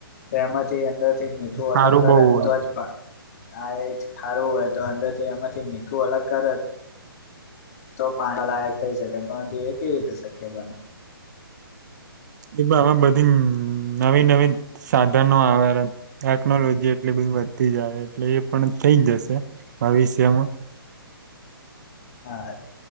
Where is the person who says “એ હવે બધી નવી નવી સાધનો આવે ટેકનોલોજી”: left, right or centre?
Right